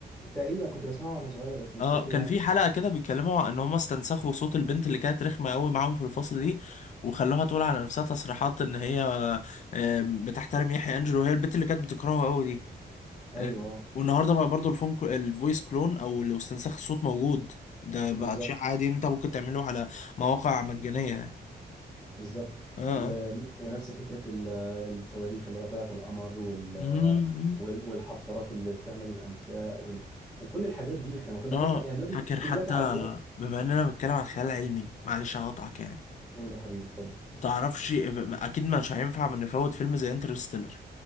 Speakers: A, in the centre; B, on the left.
A: تقريبا كنت بسمعه وانا صغير بس مش
B: اه
A: فاكر
B: كان
A: يعني
B: في حلقة كده بيتكلموا عن ان هم استنسخوا صوت البنت اللي كانت رخمة قوي معاهم في الفصل دي وخلوها تقول على نفسها تصريحات ان هي آه، بتحترم يحيى انجلو وهي البنت اللي كانت بتكرهه قوي دي آه،
A: ايوه
B: والنهارده بقى برضو الفون كل... الفويس كلون او لو استنساخ الصوت موجود ده
A: بالظبط
B: بقى شيء عادي انت ممكن تعمله على مواقع مجانية يعني.
A: بالظبط
B: اه اه
A: ون- ونفس فكرة ال- الصواريخ اللي طلعت القمر وال
B: أمم،
A: وال- والحفارات اللي بتعمل الأنفاق وال... وكل الحاجات دي احنا ما كنا
B: اه
A: بنسمع يعني دلوقتي
B: فاكر
A: في
B: حتى
A: دلوقتي عربيات
B: بما اننا بنتكلم عن خيال علمي معلش هقطعك يعني
A: قول يا حبيبي اتفضل
B: تعرفش اكيد مش هينفع ما نفوت فيلم زي انترستيلر